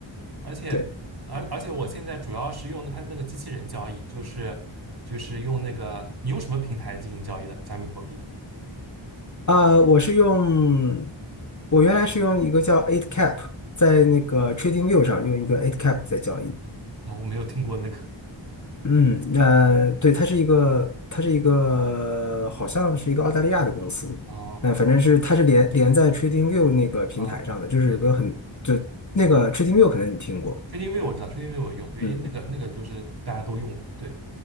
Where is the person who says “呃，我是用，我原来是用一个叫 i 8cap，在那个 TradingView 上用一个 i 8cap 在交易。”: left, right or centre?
Left